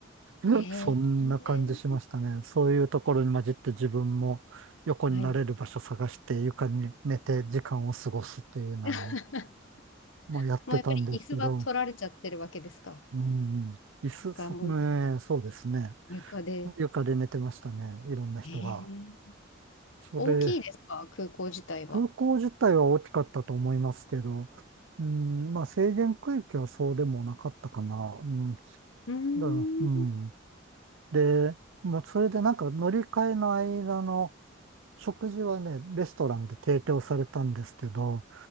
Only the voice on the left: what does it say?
えー、
え
ーはい。<laughs>
もうやっぱり椅子は取られちゃってるわけですか。
だからもう
床で。
えー、
大きいですか、空港自体は。
うー
ん。